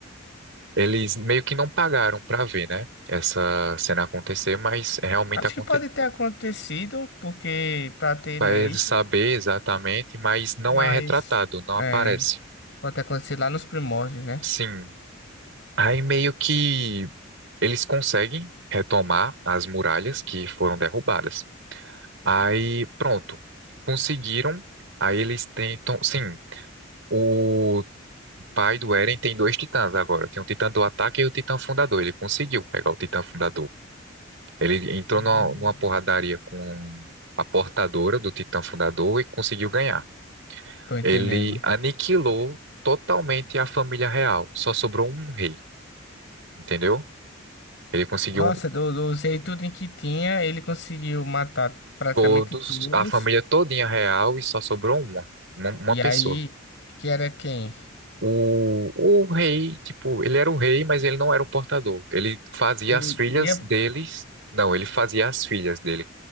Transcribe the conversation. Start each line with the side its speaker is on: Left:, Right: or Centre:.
Right: Eles meio que não pagaram para ver, né? Essa cena acontecer, mas realmente
Left: Acho
Right: aconteceu.
Left: que pode ter acontecido, porque pra ter,
Right: Para
Left: né,
Right: eles
Left: isso,
Right: saber exatamente, mas não
Left: mas
Right: é retratado, não
Left: é,
Right: aparece.
Left: pode ter acontecido lá nos primórdios, né?
Right: Sim. Aí meio que eles conseguem retomar as muralhas que foram derrubadas. Aí, pronto. Conseguiram. Aí eles tentam. Sim, o pai do Eren tem dois titãs agora. Tem o titã do ataque e o titã fundador. Ele conseguiu pegar o titã fundador. Ele entrou
Left: Uhum.
Right: numa, numa porradaria com a portadora do Titã Fundador e conseguiu ganhar.
Left: Tô entendendo.
Right: Ele aniquilou totalmente a família real. Só sobrou um rei, entendeu? Ele conseguiu
Left: Nossa, do, do usei tudo em que tinha, ele conseguiu matar praticamente
Right: todos,
Left: todos.
Right: a família todinha real e só sobrou uma, uma, uma
Left: E
Right: pessoa.
Left: aí, que era quem?
Right: O, o rei, tipo, ele era o rei, mas ele não era o portador. Ele fazia
Left: Ele
Right: as filhas
Left: ia.
Right: deles, não, ele fazia as filhas dele